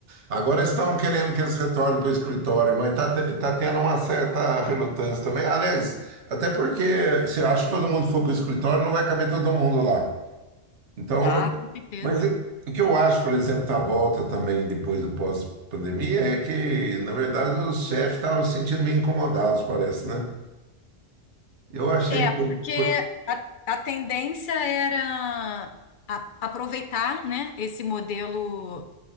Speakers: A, on the right (about 75°); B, on the left (about 60°).
A: Agora estão querendo que eles retornem para o escritório, mas está tá te- tá tendo uma certa relutância também. Aliás, até porque se eu acho que todo mundo for para o escritório, não vai caber todo mundo lá. Então,
B: Ah, com certeza.
A: mas eu- o que eu acho, por exemplo, da volta também depois do pós-pandemia é que, na verdade, os chefes estavam se sentindo meio incomodados, parece, né? Eu achei
B: É,
A: que
B: porque
A: foi
B: a, a tendência era a- aproveitar, né, esse modelo